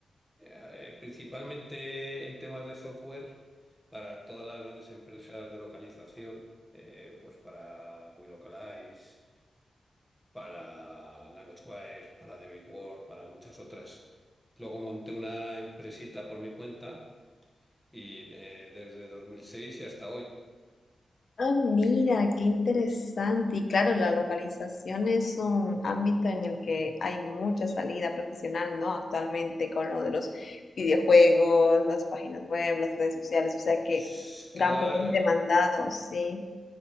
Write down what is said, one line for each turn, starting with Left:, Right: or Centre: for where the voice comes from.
Centre: Eh, principalmente en temas de software para todas las grandes empresas de localización, eh, pues para WeLocalize, para LanguageWire, para The Big World, para muchas otras. Luego monté una empresita por mi cuenta y eh, desde 2006 y hasta hoy.
Left: Ah, mira, qué interesante. Y claro, la localización es un ámbito en el que hay mucha salida profesional, ¿no? Actualmente con lo de los videojuegos, las páginas web, las redes sociales, o sea que
Centre: S-
Left: un
Centre: Claro,
Left: campo muy demandado, sí.